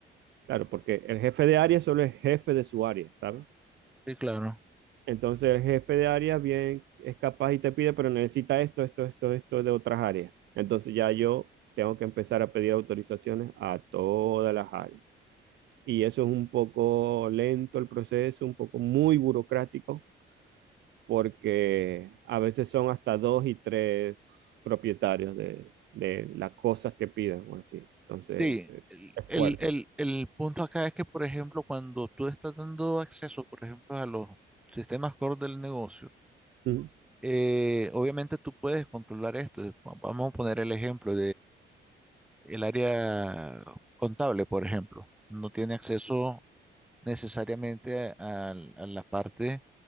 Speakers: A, on the right; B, in the centre.
A: Claro, porque el jefe de área solo es jefe de su área, ¿sabes?
B: sí, claro.
A: Entonces el jefe de área bien es capaz y te pide, pero necesita esto, esto, esto, esto de otras áreas. Entonces ya yo tengo que empezar a pedir autorizaciones a todas las áreas. y eso es un poco lento el proceso, un poco muy burocrático, porque a veces son hasta dos y tres propietarios de, de las cosas que pidan, o así. Entonces,
B: Sí,
A: eh,
B: el,
A: es
B: el,
A: fuerte.
B: el- el punto acá es que, por ejemplo, cuando tú estás dando acceso, por ejemplo, a los sistemas core del negocio,
A: Ujú,
B: eh, obviamente tú puedes controlar esto. Va- Vamos a poner el ejemplo el área contable, por ejemplo. No tiene acceso necesariamente al- a, la parte